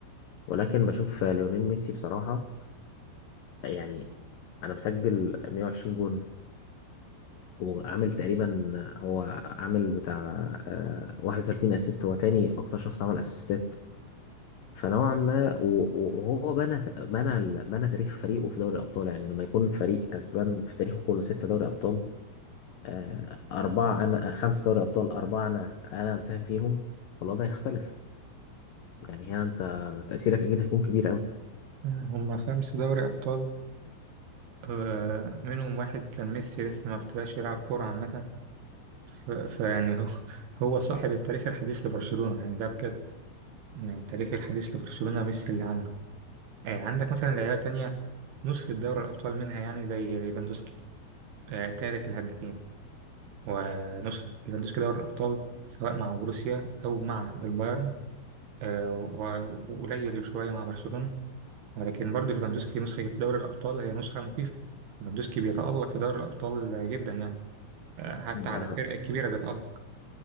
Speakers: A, on the left; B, on the right.
A: ولكن بشوف ليونيل ميسي بصراحة يعني انا مسجل 120 جون وعامل تقريبا هو عامل بتاع آه، 31 اسيست هو تاني اكتر شخص عمل اسيستات فنوعا ما و- و- وهو بنى بنى بنى تاريخ فريقه في دوري الابطال يعني لما يكون فريق كسبان في تاريخه كله ستة دوري ابطال آه، أربعة أنا آه، خمس دوري أبطال أربعة أنا أنا مساهم فيهم فالوضع هيختلف يعني هنا أنت تأثيرك أكيد هيكون كبير أوي
B: آه، هما خمس دوري أبطال آه، منهم واحد كان ميسي لسه ما ابتداش يلعب كورة عامة ف- فيعني هو هو صاحب التاريخ الحديث لبرشلونة يعني ده بجد يعني التاريخ الحديث لبرشلونة ميسي اللي عمله آه، عندك مثلا لعيبة تانية نسخة دوري الأبطال منها يعني زي ليفاندوسكي آه، تالت الهدافين ونسخة ليفاندوسكي دوري الأبطال سواء مع بروسيا أو مع البايرن آه، و- وقليل شوية مع برشلونة ولكن برضو ليفاندوسكي نسخة دوري الأبطال هي نسخة مخيفة ليفاندوسكي بيتألق في دوري الأبطال جدا يعني آه، حتى على
A: الر-
B: الفرق الكبيرة بيتألق